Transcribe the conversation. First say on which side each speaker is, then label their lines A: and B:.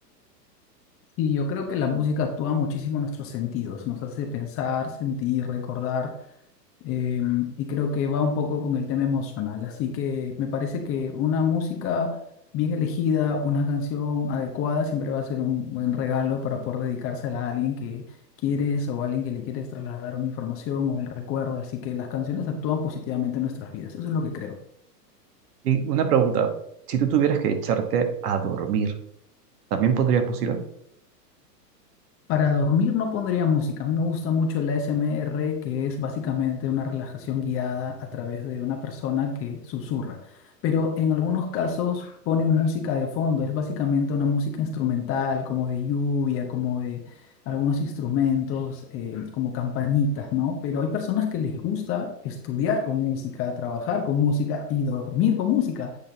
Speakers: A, on the left (about 25°); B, on the right (about 65°).
A: Y yo creo que la música actúa muchísimo en nuestros sentidos, nos hace pensar, sentir, recordar. eh, y creo que va un poco con el tema emocional. Así que me parece que una música bien elegida, una canción adecuada, siempre va a ser un buen regalo para poder dedicársela a alguien que quieres o a alguien que le quieres trasladar una información o un recuerdo. Así que las canciones actúan positivamente en nuestras vidas. Eso es lo que creo.
B: Y una pregunta, si tú tuvieras que echarte a dormir, ¿también pondrías música?
A: Para dormir no pondría música. A mí me gusta mucho el ASMR, que es básicamente una relajación guiada a través de una persona que susurra. Pero en algunos casos ponen música de fondo. Es básicamente una música instrumental, como de lluvia, como de algunos instrumentos, eh, como campanitas, ¿no? Pero hay personas que les gusta estudiar con música, trabajar con música y dormir con música.